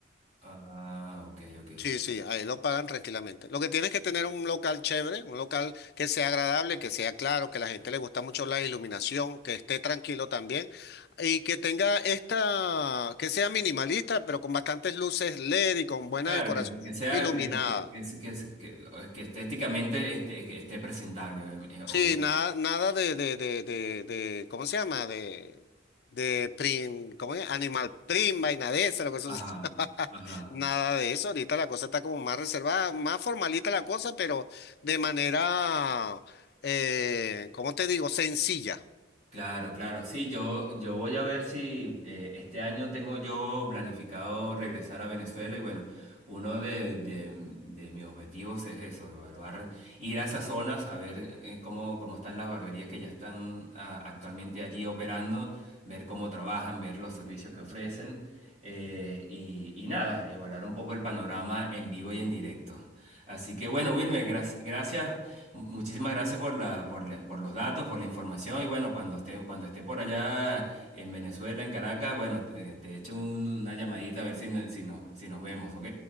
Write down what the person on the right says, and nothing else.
Ah, ok, ok.
Claro,
que, que sea,
que, que, que, que, que- que estéticamente esté, que esté presentable, obvia- eh,
obvio
Ajá,
ajá.
Claro, claro. Sí, yo, yo voy a ver si eh, este año tengo yo planificado regresar a Venezuela y bueno, uno de, de- de mis objetivos es eso, evaluar, ir a esas zonas, a ver eh, cómo, cómo están las barberías que ya están ah, actualmente allí operando, ver cómo trabajan, ver los servicios que ofrecen eh, y, y nada, evaluar un poco el panorama en vivo y en directo. Así que bueno, Wilmer, graci- gracias Mu- Muchísimas gracias por la, por la- por los datos, por la información y bueno, cuando esté, cuando esté por allá en Venezuela, en Caracas, bueno, te, te echo un- una llamadita a ver si, no- si, nos- si nos vemos, ¿ok?